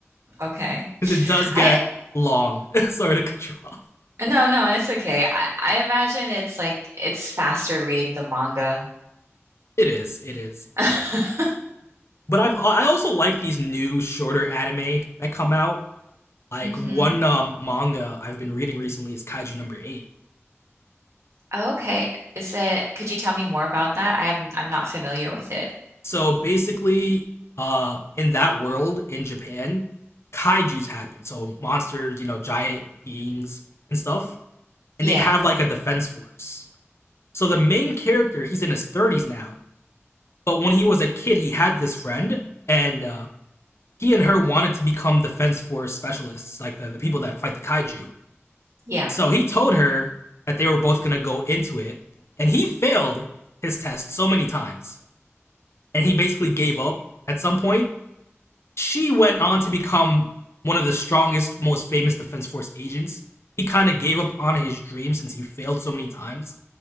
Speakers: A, on the right; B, on the left.
A: Okay.
B: <laughs> because it does get
A: I
B: long. <laughs> Sorry to cut you off.
A: no, no, it's okay. I, I imagine it's like it's faster reading the manga.
B: It is. It is.
A: <laughs>
B: But I've I also like these new shorter anime that come out. Like
A: Mm-hmm.
B: one um, manga I've been reading recently is Kaiju Number Eight.
A: Oh, okay. Is it, could you tell me more about that? I haven't, I'm not familiar with it.
B: So basically, uh, in that world in Japan, kaiju's happen. So monsters, you know, giant beings and stuff. And
A: Yeah.
B: they have like a defense force. So the main character, he's in his 30s now, But when he was a kid, he had this friend, and uh, he and her wanted to become defense force specialists, like the, the people that fight the kaiju.
A: Yeah.
B: So he told her that they were both gonna go into it, and he failed his test so many times, and he basically gave up at some point. She went on to become one of the strongest, most famous defense force agents. He kind of gave up on his dream since he failed so many times,